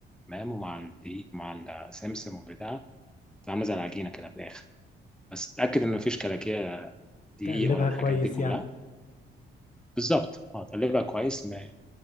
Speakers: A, in the centre; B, on the left.
A: تمام ومع الدقيق مع السمسم والبتاع عامله زي العجينه كده في الاخر بس تاكد ان مفيش كلاكيع دقيق
B: تقلبها
A: ولا الحاجات
B: كويس
A: دي كلها
B: يعني
A: بالظبط اه تقلبها كويس ما-